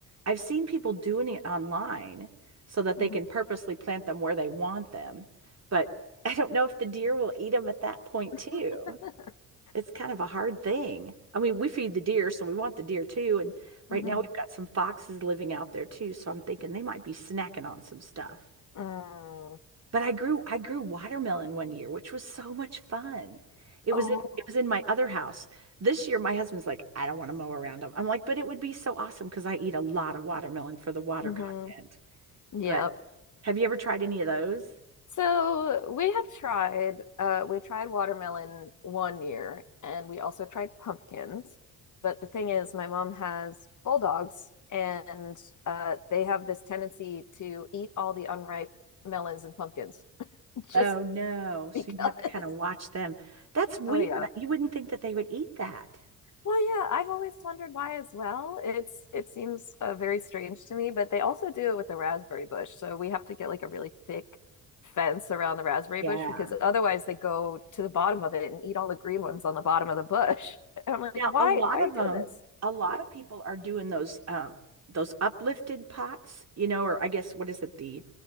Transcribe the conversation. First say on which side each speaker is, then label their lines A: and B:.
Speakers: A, on the right (about 35°); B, on the left (about 40°).
A: I've seen people doing it online so that they
B: mhm,
A: can purposely plant them where they want them. But <laughs> I don't know if the deer will eat them at that point
B: <laughs>
A: too it's kind of a hard thing. I mean, we feed the deer, so we want the deer too. And right
B: mhm,
A: now we've got some foxes living out there too, so I'm thinking they might be snacking on some stuff.
B: mm.
A: But I grew I grew watermelon one year, which was so much fun. It
B: Oh,
A: was in, it was in my other house. This year my husband's like, I don't want to mow around them. I'm like, but it would be so awesome because I eat a lot of watermelon for the water
B: hmm
A: content.
B: Yep.
A: But have you ever tried any of those?
B: So we have tried, uh, we tried watermelon one year and we also tried pumpkins. But the thing is, my mom has bulldogs and uh, they have this tendency to eat all the unripe melons and pumpkins <laughs> just
A: Oh no. So
B: because.
A: you'd have to kind of watch them. That's weird.
B: Oh, yeah.
A: You wouldn't think that they would eat that.
B: Well, yeah, I've always wondered why as well. It's it seems uh, very strange to me, but they also do it with the raspberry bush. So we have to get like a really thick fence around the raspberry
A: Yeah.
B: bush because otherwise they go to the bottom of it and eat all the green ones on the bottom of the bush. <laughs> And I'm like,
A: Now,
B: why
A: a lot
B: why are
A: of
B: you doing
A: them,
B: this?
A: a lot of people are doing those um those uplifted pots, you know, or I guess what is it the